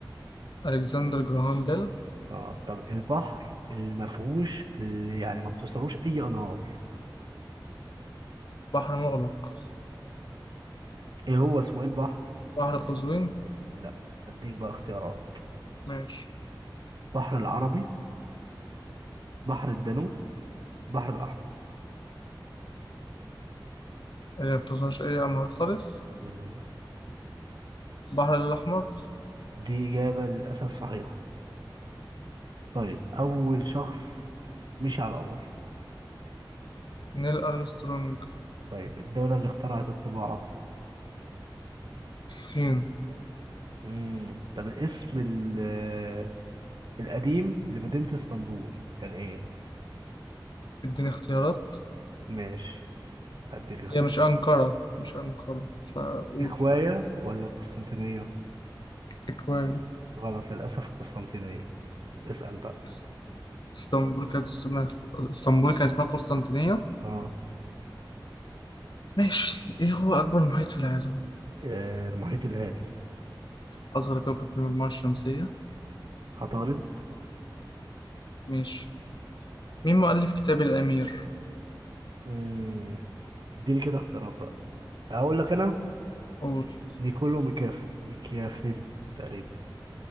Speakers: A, on the left; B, on the right.
A: الكسندر جراهام بيل
B: اه طب البحر اللي ما فيهوش اللي يعني ما بتوصلوش أي أنهار
A: بحر مغلق
B: ايه هو اسمه ايه البحر؟
A: بحر
B: بحر
A: قزوين
B: لا اديك بقى اختيارات
A: ماشي
B: بحر العربي بحر الدانوب بحر الأحمر
A: آه، ما بتوصلش اي انهار خالص
B: مم.
A: البحر الاحمر
B: دي إجابة للأسف صحيحة طيب أول شخص مشي على القمر
A: نيل أرمسترونج
B: طيب الدولة اللي اخترعت الطباعة
A: الصين
B: مم. طب الاسم ال- القديم لمدينة اسطنبول كان إيه؟
A: اديني اختيارات
B: ماشي هديك اختيار
A: هي مش أنقرة مش أنقرة فأقول
B: إكواية ولا قسطنطينية؟
A: إكوان
B: غلط للأسف قسطنطينية اسأل بقى
A: إس- اسطنبول كانت اسمها اسطنبول كان اسمها قسطنطينية
B: اه
A: ماشي إيه هو أكبر محيط في العالم؟
B: آه، المحيط الهادي
A: أصغر كوكب في المجموعة الشمسية
B: عطارد
A: ماشي مين مؤلف كتاب الأمير؟
B: مم. اديني كده اختيارات بقى اقول لك انا
A: قول
B: نيكولو ميكاف ميكافيلي تقريبا